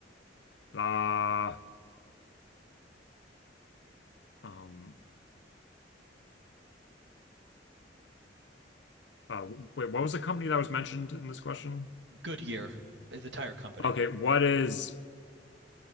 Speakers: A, on the left; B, on the right.
A: Uh, um, uh, wait, what was the company that was mentioned in this question?
B: Goodyear is a tire company.
A: Okay, what is